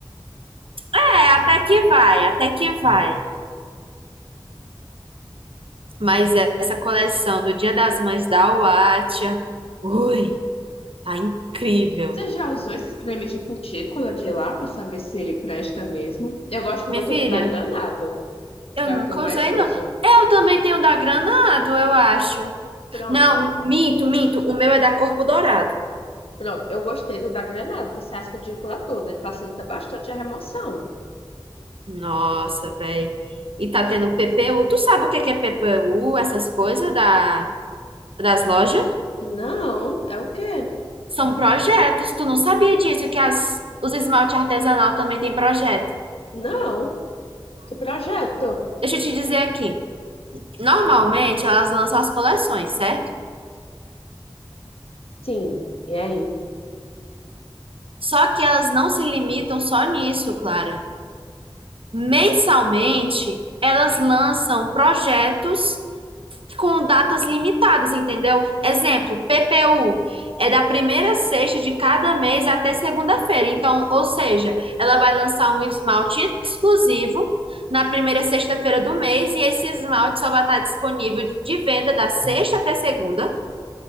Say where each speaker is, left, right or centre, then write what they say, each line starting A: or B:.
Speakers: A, on the right; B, on the left.
A: É, até que vai, até que vai. Mas essa coleção do Dia das Mães da Huatia, ui, tá incrível.
B: Você já usou esses cremes de cutícula de lá para saber se ele presta mesmo? Eu gosto
A: Minha
B: muito
A: filha,
B: do da Granado,
A: eu
B: que é
A: nunca
B: o que eu mais
A: usei,
B: uso.
A: não. Eu também tenho da Granado, eu acho.
B: Pronto,
A: Não, minto, minto. O meu é da Corpo Dourado.
B: pronto. Eu gostei do da Granado, que sai as cutículas todas, ele facilita bastante a remoção.
A: Nossa, velho. E tá tendo PPU. Tu sabe o que que é PPU, essas coisas da, das lojas?
B: Não, é o quê?
A: São projetos. Tu não sabia disso, que as, os esmalte artesanal também tem projeto.
B: Não, que projeto?
A: Deixa eu te dizer aqui. Normalmente elas lançam as coleções, certo?
B: Sim, e aí?
A: Só que elas não se limitam só nisso, Clara. Mensalmente, elas lançam projetos com datas limitadas, entendeu? Exemplo, PPU é da primeira sexta de cada mês até segunda-feira. Então, ou seja, ela vai lançar um esmalte exclusivo na primeira sexta-feira do mês e esse esmalte só vai estar disponível de venda da sexta até segunda.